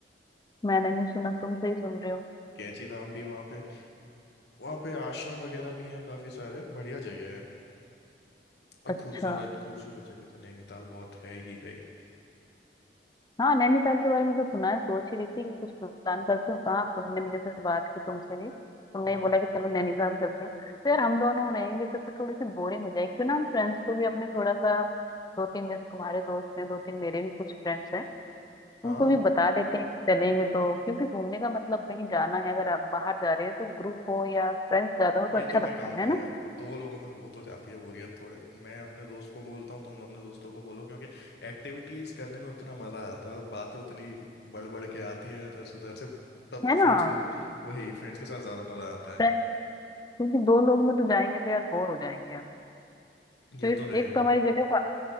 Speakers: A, on the left; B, on the left.
A: मैंने नहीं सुना तुमसे ही सुन रही हूँ
B: कैंची धाम भी वहाँ पे वहाँ पे आश्रम वगैरह भी हैं काफ़ी सारे बढ़िया जगह है और
A: अच्छा
B: खूबसूरत खूबसूरत जगह तो नैनीताल बहुत है ही है ही
A: हाँ नैनीताल के बारे में तो सुना है सोच ही रही थी कि कुछ प्लान करती हूँ कहाँ अब तुमने भी जैसे बात की तुमसे भी तुमने
B: हम्म।
A: ही बोला कि चलो नैनीताल चलते हैं तो यार हम दोनों रहेंगे तो फिर थोड़ी सी बोरिंग हो जाएगी क्यों ना हम फ्रेंड्स को भी अपने थोड़ा सा दो तीन जैसे तुम्हारे दोस्त हैं दो तीन मेरे भी कुछ फ्रेंड्स हैं उनको
B: हाँ
A: भी बता देते हैं कि चलेंगे तो क्योंकि घूमने का मतलब कहीं जाना है अगर आप बाहर जा रहे हैं तो ग्रुप हो या फ्रेंड्स ज्यादा हो तो
B: ये
A: अच्छा
B: तो मैं
A: लगता
B: कहूंगा
A: है ना
B: यार दो लोगों में हो तो जाती है बोरियत थोड़े मैं अपने दोस्त को बोलता हूँ तुम अपने दोस्तों को बोलो क्योंकि एक्टिविटीज करने में उतना मजा आता है और बातें उतनी बढ़ बढ़ के आती है इधर से उधर से तब
A: है
B: फ्रेंड्स
A: ना
B: के वही फ्रेंड्स के साथ ज्यादा मजा आता है
A: फ्रे- क्योंकि दो लोग में तो जाएंगे तो यार बोर हो जाएंगे हम
B: ये
A: तो इस
B: तो रहे
A: एक तो हमारी जगह फा,